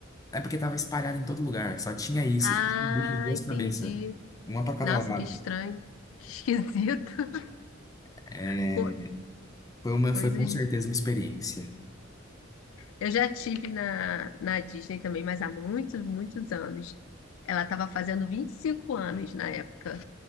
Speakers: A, on the left; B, on the left.
A: É porque tava espalhado em todo lugar, só tinha isso,
B: Ah,
A: só tinha um bicho de duas
B: entendi.
A: cabeças, uma pra cada
B: Nossa,
A: lado.
B: que estranho. Que esquisito. <laughs>
A: É,
B: Co-
A: foi uma,
B: Coisas.
A: foi com certeza uma experiência.
B: Eu já tive na, na Disney também, mas há muitos, muitos anos. Ela estava fazendo 25 anos na época.